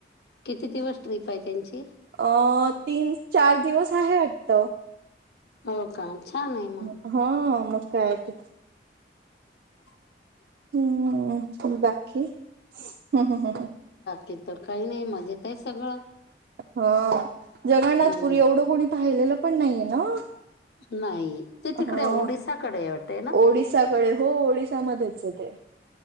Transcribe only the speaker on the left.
किती दिवस ट्रिप आहे त्यांची.
हो का, छान आहे मग.
<inaudible>
ती तर काही नाही मजेत. आहे सगळं
हम्म.
नाही ते तिकडे
ओडिसाकडे वाटते ना.